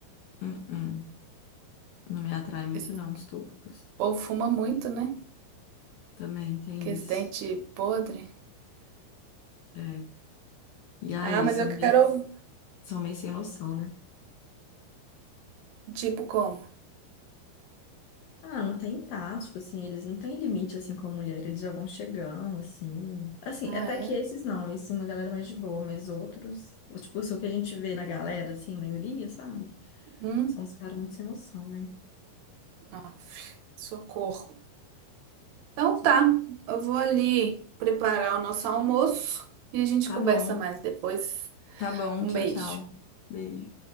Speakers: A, on the left (about 70°); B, on the right (about 70°).
A: Uh-uh. Não me atrai muito
B: Esse
A: não, os turcos.
B: povo fuma muito, né?
A: Também tem
B: Que esse
A: isso.
B: dente podre.
A: É. E ah,
B: Ah,
A: eles
B: mas
A: são
B: eu quero,
A: meio, são meio sem noção, né?
B: tipo, como?
A: Ah, não tem tato, tipo assim, eles não têm limite assim com a mulher, eles já vão chegando, assim. Assim,
B: Ah,
A: até que
B: é?
A: esses não, esse é uma galera mais de boa, mas outros, o- tipo, assim, o que a gente vê na galera, assim, maioria, sabe?
B: Hum?
A: São uns caras muito sem noção, né?
B: Aff, Socorro. Então
A: Tipo,
B: tá, eu vou ali preparar o nosso almoço e a gente
A: Tá
B: conversa
A: bom,
B: mais depois.
A: tá bom,
B: Um
A: tchau,
B: beijo.
A: tchau. Beijo.